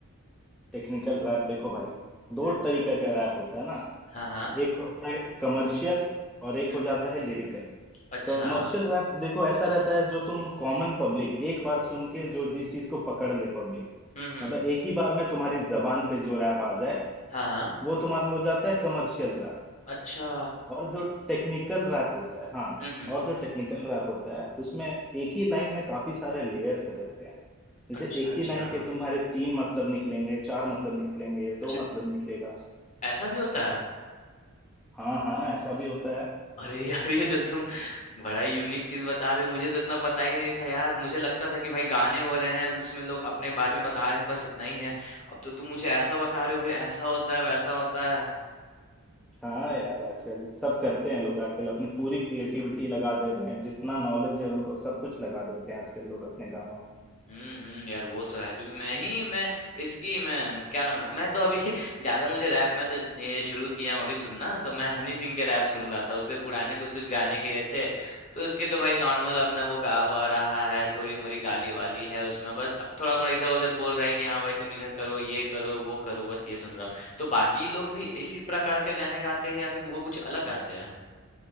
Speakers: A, in the centre; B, on the left.
A: टेक्निकल रैप देखो भाई दो
B: हम्म
A: तरीके का रैप होता है ना
B: हाँ हाँ
A: एक होता है कमर्शियल और एक
B: हम्म
A: हो जाता
B: हम्म,
A: है लिरिकल
B: अच्छा
A: कमर्शियल रैप देखो ऐसा रहता है जो तुम कॉमन पब्लिक एक बार सुन के जो जिस चीज को पकड़ ले पब्लिक
B: हम्म हम्म
A: मतलब एक ही बार में तुम्हारी जबान पे जो रैप आ जाए
B: हाँ हाँ
A: वो तुम्हारा हो जाता है कमर्शियल
B: अच्छा
A: और जो टेक्निकल रैप होता है हाँ
B: हम्म हम्म
A: और जो टेक्निकल रैप होता है उसमें एक ही लाइन में काफी सारे लेयर्स रहते हैं जैसे
B: अच्छा
A: एक
B: अच्छा
A: ही लाइन के तुम्हारे तीन मतलब निकलेंगे चार मतलब निकलेंगे
B: अच्छा
A: दो मतलब निकलेगा
B: ऐसा भी होता है
A: हाँ हाँ ऐसा भी होता है
B: अरे यार ये तो तुम बड़ा ही यूनिक चीज बता रहे हो मुझे तो इतना पता ही नहीं था यार मुझे लगता था कि भाई गाने हो रहे हैं उसमें लोग अपने बारे में बता रहे हैं बस इतना ही है अब तो तुम मुझे ऐसा बता रहे हो भाई ऐसा होता है वैसा होता है
A: हाँ यार आजकल सब करते हैं लोग आजकल अपनी पूरी क्रिएटिविटी लगा दे रहे हैं जितना नॉलेज है उनको सब कुछ लगा देते हैं आजकल लोग अपने गानों में
B: हुँ, हुँ, यार वो तो है क्योंकि मैं ही मैं इसकी मैं क्या नाम है मैं तो अभी <laughs> ज़्यादा मुझे रैप में तो ये शुरू किया हूँ अभी सुनना तो मैं हनी सिंह के रैप सुन रहा था उसके पुराने कुछ कुछ गाने के थे तो उसके तो भाई नॉर्मल अपना वो गा वा रहा है थोड़ी मोरी गाली वाली है उसमें बस अब थोड़ा मोड़ा इधर उधर बोल रहा है कि हाँ भाई तुम इधर करो ये करो वो करो बस ये सुन रहा हूँ तो बाकी लोग भी इसी प्रकार के गाने गाते हैं या फिर वो कुछ अलग गाते हैं